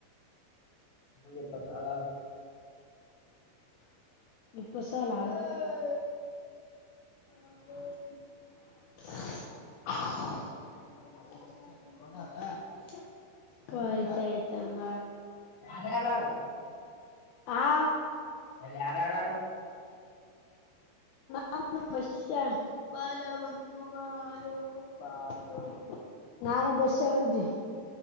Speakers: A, on the left; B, on the left.
A: ಒಂದ ಇಪ್ಪಾತಾವ ಸಾಲ-
B: ಇಪ್ಪತ ಸಾಲ - <unintelligible> <inaudible> ಹಯ ಯತಮ್ಮ
A: ಯಾರ್ಯಾರ
B: ಹಾ,
A: ಅಲ್ಲ ಯಾರ -ಯಾರ ಆರಾ
B: ಹ <inaudible> ಬ್ಯಾಶ ಬಾಲ ಬಂತು ಬಾಲೋ ಬಾಲೋ <unintelligible> ನಾನು ಬಸ್ಸಾ ಅವರುದ್ವಿ.